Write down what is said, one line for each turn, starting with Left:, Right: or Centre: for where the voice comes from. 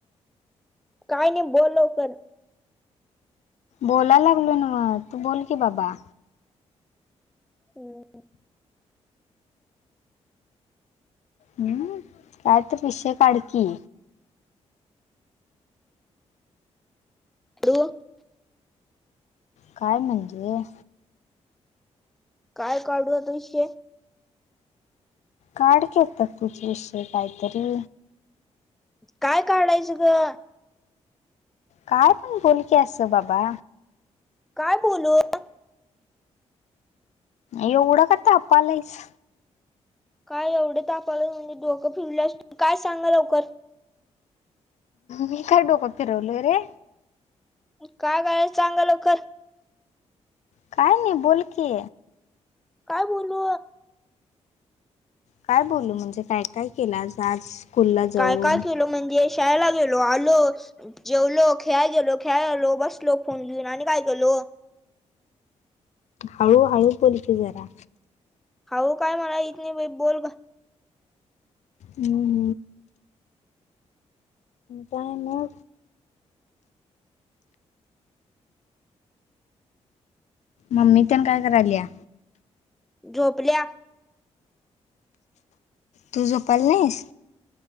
Centre: काही नाही बोल लवकर
Left: बोलाय लागलो ना मग तू बोल की बाबा
Centre: हम्म <inaudible>
Left: हम्म कायतर विषय काडकी
Centre: अू.
Left: काय म्हणजे.
Centre: काय काढू आता विषय.
Left: काढ की आता तुच विषय काहीतरी
Centre: काय काढायचं ग
Left: काय पण बोलकीे अस बाबा
Centre: काय बोलू.
Left: एवढं का तापालहच
Centre: काय एवढे तापालं म्हणजे डोकं फिरल्या काय सांगा लवकर
Left: मी काय डोकं फिरवलोय रे.
Centre: काय कय चांगा लवकर.
Left: काय नाही बोलकी.
Centre: काय बोलू
Left: काय बोलू म्हणजे काय काय केलं आ आज स्कूलला जाऊन
Centre: काय काय केलो म्हणजे शाळेला गेलो आलो जेवलो खेळा गेलो खेळा आेलो बसलो फोन घेऊन आणि काय केेलो
Left: हळू हळू पोलची जरा
Centre: हाऊ काय मला इथ नाही बोल
Left: म काय म मम्मी त्या काय करायल या
Centre: झोपल्या
Left: तुझो पलनेस